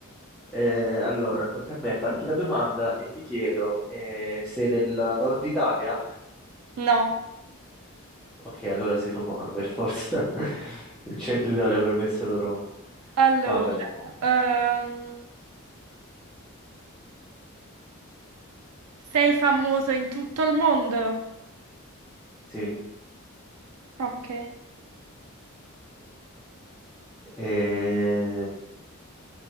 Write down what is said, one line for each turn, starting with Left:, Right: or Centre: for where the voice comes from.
Centre: Eh, allora, tocca a me farti la domanda e ti chiedo, eh, sei del nord Italia?
Right: No.
Centre: Ok, allora sei romano per forza. <laughs> Il centro Italia per me è solo Roma.
Right: Allora,
Centre: Vabbè,
Right: ehm, Sei famoso in tutto il mondo?
Centre: sì.
Right: Ok,
Centre: Eh,